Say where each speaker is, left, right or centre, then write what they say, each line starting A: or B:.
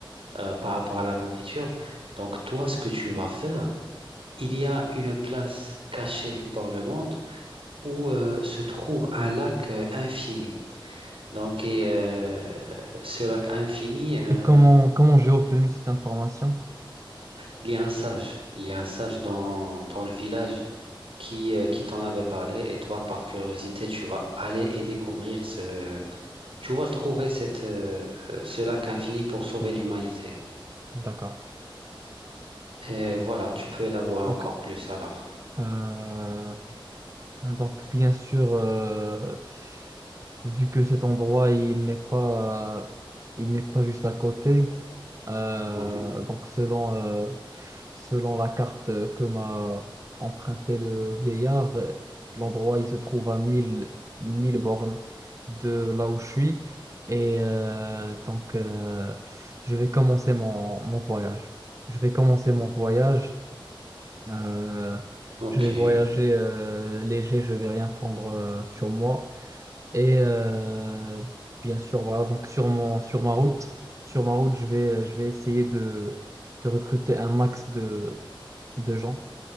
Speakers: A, on the right; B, on the right.
A: euh, par rapport à la nourriture, donc toi, ce que tu vas faire, il y a une place cachée dans le monde où euh, se trouve un lac euh, infini. Donc, et, euh, ce lac infini, euh,
B: Et comment, comment j'ai obtenu cette information?
A: il y a un sage. Il y a un sage dans, dans le village. qui, euh, qui t'en avait parlé et toi, par curiosité, tu vas aller et découvrir ce... Tu vas trouver cette, euh, euh, ce lac infini pour sauver
B: D'accord,
A: l'humanité.
B: d'accord.
A: Et voilà, tu peux élaborer encore
B: Ok.
A: plus alors.
B: Euh, donc, bien sûr, euh, vu que cet endroit, il n'est pas, il n'est pas juste à côté. Euh,
A: Oui,
B: donc selon, euh, selon la carte euh, que m'a emprunté le vieillard, euh, l'endroit il se trouve à 1000 1000 bornes de là où je suis. Et euh, donc euh, je vais commencer mon, mon voyage. Je vais commencer mon voyage. Euh,
A: ok,
B: je vais voyager euh, léger, je vais rien prendre euh, sur moi. Et euh, bien sûr, voilà, donc sur mon, sur ma route, sur ma route, je vais, je vais essayer de, de recruter un max de, de gens.